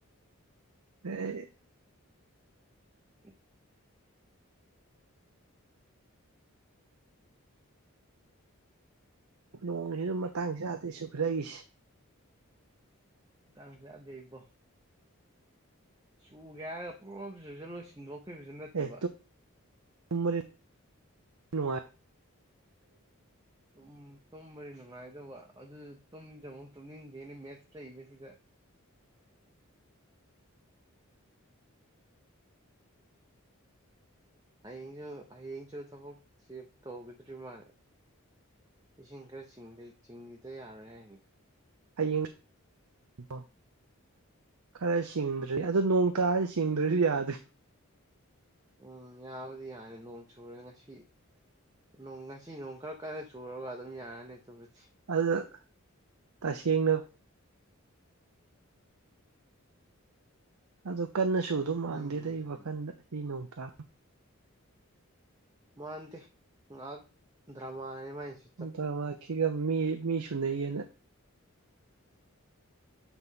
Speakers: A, on the right (about 80°); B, on the right (about 15°).
A: <unintelligible>
B: <inaudible>
A: ꯅꯣꯡꯖꯤꯅ ꯃꯇꯥꯡ ꯆꯥꯗꯦ ꯆꯨꯈ꯭ꯔꯏꯁꯦ
B: ꯃꯇꯥꯡ ꯆꯥꯗꯦ ꯏꯕꯣ ꯆꯨꯒꯦ ꯍꯥꯏꯔꯒ <unintelligible> ꯁꯤꯟꯗꯣꯛꯈꯤꯕꯁꯨ ꯅꯠꯇꯕ
A: ꯑꯦ ꯇꯨꯝꯕꯗꯤ ꯅꯨꯡꯉꯥꯏ
B: ꯎꯝ ꯇꯨꯝꯕꯗꯤ ꯅꯨꯡꯉꯥꯏꯗꯧꯕ ꯑꯗꯨ ꯇꯨꯝꯗꯤ ꯑꯃꯨꯛ ꯇꯨꯝꯅꯤꯡꯗꯦꯅꯦ ꯃꯦꯠꯁ ꯂꯩꯕꯁꯤꯗ ꯍꯌꯦꯡꯁꯨ ꯍꯌꯦꯡꯁꯨ ꯊꯕꯛ ꯆꯤꯞ ꯇꯧꯒꯗ꯭ꯔꯤ ꯃꯥꯜꯂꯦ ꯏꯁꯤꯡ ꯈ꯭ꯔ ꯆꯤꯡꯗ ꯆꯤꯡꯒꯤꯗ ꯌꯥꯔꯣꯏ ꯍꯥꯏꯔꯤ
A: ꯍꯌꯦꯡ <unintelligible> ꯈꯔ ꯁꯤꯡꯗ꯭ꯔꯦ ꯑꯗꯨ ꯅꯣꯡ ꯇꯥꯔꯗꯤ ꯁꯤꯡꯗ꯭ꯔꯁꯨ ꯌꯥꯗ꯭ꯔꯦ
B: ꯎꯝ ꯌꯥꯕꯗꯤ ꯌꯥꯏꯌꯦ ꯅꯣꯡ ꯆꯨꯔꯦ ꯉꯁꯤ ꯅꯣꯡ ꯉꯁꯤ ꯅꯣꯡ ꯈꯔ ꯀꯟꯅ ꯆꯨꯔꯒ ꯑꯗꯨꯝ ꯌꯥꯔꯅꯤ ꯆꯨꯔꯁꯤ
A: ꯑꯗꯨꯗ ꯇꯁꯦꯡꯅ ꯑꯗꯨ ꯀꯟꯅ ꯆꯨꯗꯨ ꯃꯥꯟꯗꯦꯗ
B: ꯎꯝ
A: ꯑꯩ ꯋꯥꯈꯟꯗ ꯁꯤ ꯅꯣꯡꯇꯥ
B: ꯃꯥꯟꯗꯦ ꯉꯍꯥꯛ ꯗ꯭ꯔꯃꯥꯅꯦ ꯃꯥꯥꯏꯁꯦ
A: ꯗ꯭ꯔꯃꯥꯈꯤꯒ ꯃꯤ ꯃꯤ ꯁꯨꯨꯅꯩꯌꯦꯅ